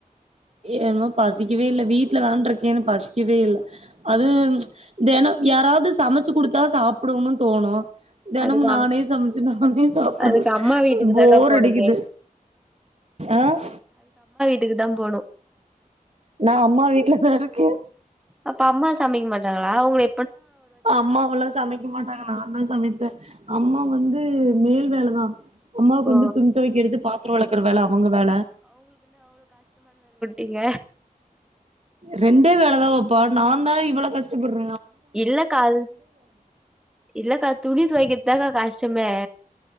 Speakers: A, on the right; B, in the centre.
A: ஏனோ பசிக்கவே இல்ல வீட்டுலதான்ற இருக்கேன்னு பசிக்கவே இல்ல அதும் ப்ச் தெனம் யாராவது சமச்சு குடுத்தா சாப்டணும்னு தோணு தெனமு
B: அதுக்கு
A: நானே
B: அம்
A: சமைச்சு நானே சாப்டறது
B: அதுக்கு அம்மா வீட்டுக்கு
A: போர்
B: தாக்கா போணுமே
A: அடிக்குது ஆஹ்
B: டுக்குதா போனு
A: நா அம்மா வீட்லதா இருக்கேன்
B: அப்ப அம்மா சமைக்க மாட்டாங்ளா உங்களை
A: அம்மாவல்லா சமைக்க மாட்டாங்க நான்தா சமைப்ப அம்மா வந்து மேல் வேலதா அம்மாக்கு
B: ஓ
A: வந்து துணி துவைக்கிறது பாத்திறோ வெளக்குற வேல அவுங்க வேல
B: எங்க
A: ரெண்டே வேலதா வெப்பா நாந்தா இவ்வளோ கஸ்டப்பட்ற
B: இல்லக்கா அது இல்லக்கா துணி தொவைக்கெற் தாக்கா கஷ்டமே